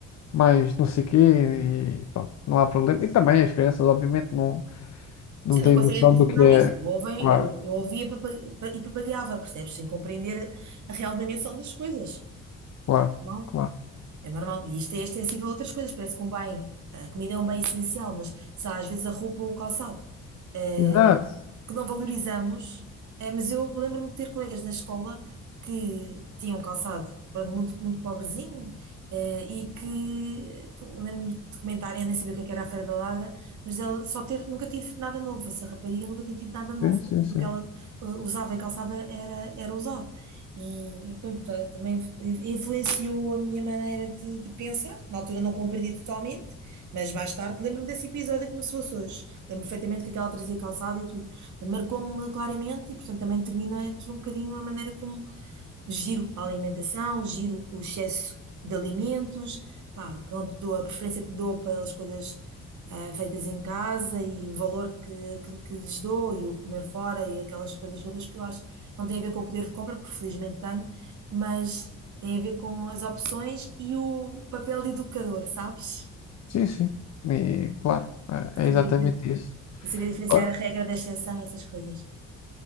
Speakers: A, on the left; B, on the right.
A: mais não sei quê e pronto, não há problema. E também as crianças, obviamente, não, não
B: Sim,
A: têm
B: não conseguem
A: noção
B: aprofundar
A: do que é.
B: isto. Ouvem,
A: Claro,
B: eu, eu ouvia e papa- e papagaiava, percebes? Sem compreender a real dimensão das coisas.
A: claro,
B: normal.
A: claro.
B: É normal. E isto é extensível a outras coisas. Parece que um bem, a comida é um bem essencial, mas sei lá, às vezes a roupa ou o calçado, eh,
A: Exato.
B: que não valorizamos. Eh, mas eu lembro-me de ter colegas na escola que tinham calçado, pronto, muito, muito pobrezinho, eh, e que lembro-me de comentarem, eu nem sabia o que é que era a Feira da Ladra, mas ela só ter, nunca tive nada novo. Essa rapariga nunca tinha tido nada novo.
A: Sim, sim,
B: Tudo
A: sim.
B: o que ela eh, usava e calçava era, era usado. E, e pronto, eh, também influenciou a minha maneira de, de pensar. Na altura não compreendi totalmente, mas mais tarde lembro-me desse episódio como se fosse hoje. Lembro perfeitamente que aquela trazia calçado e tudo. Marcou-me claramente e, portanto, também termina aqui um bocadinho a maneira como giro a alimentação, giro o excesso de alimentos. Pá, pronto, dou a preferência que dou pelas coisas ah, feitas em casa e o valor que, que, que lhes dou e o comer fora e aquelas coisas todas que eu acho não tem a ver com o poder de compra, porque felizmente tenho, mas tem a ver com as opções e o papel de educador, sabes?
A: Sim, sim. E claro, é
B: Saber,
A: é exatamente
B: difer-
A: isso.
B: e saber diferenciar
A: Ó,
B: a regra da exceção e essas coisas.